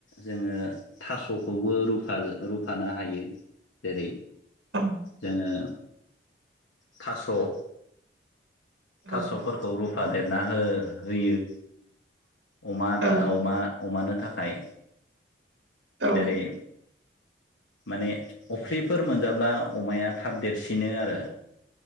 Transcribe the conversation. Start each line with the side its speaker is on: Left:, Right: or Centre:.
Left: जोङो थास'खौबो रुफा रुफानो हायो। जेरै
Right: औ
Left: जोङो थास' थास'फोरखौ
Right: औ
Left: रुफा देरना हो-होयो। अमा आदा
Right: औ
Left: अमा अमानो थाखाय
Right: औ
Left: जेरै माने अफ्रिफोर मोनजाब्ला अमाया थाब देरसिनो आरो